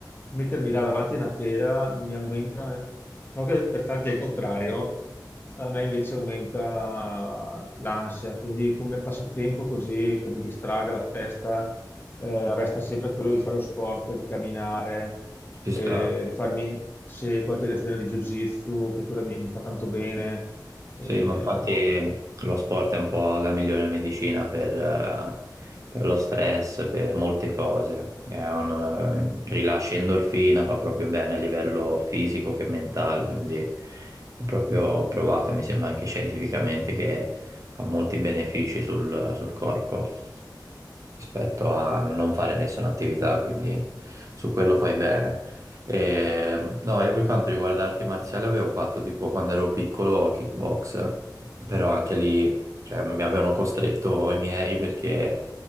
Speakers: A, on the left (about 30°); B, on the right (about 45°).
A: mettermi là davanti a una tela mi aumenta, no che per tanti è il contrario, a me invece aumenta l'ansia. Quindi, come passatempo così che mi distraga la testa eh, resta sempre quello di fare lo sport, di camminare,
B: Ci
A: eh,
B: sta.
A: di farmi se qualche lezione di Jiu-Jitsu, che quella mi, mi fa tanto bene. Eh,
B: Sì, ma infatti
A: boh.
B: lo sport è un po' la migliore medicina per, eh, per lo stress, per molte cose. È un, eh, rilascia endorfina, fa proprio bene a livello fisico che mentale, quindi è proprio provato, mi sembra anche scientificamente, che ha molti benefici sul, sul corpo rispetto a non fare nessuna attività, quindi su quello fai bene. E, no, io per quanto riguarda arti marziali avevo fatto tipo quando ero piccolo kickbox, però anche lì, cioè, mi avevano costretto i miei perché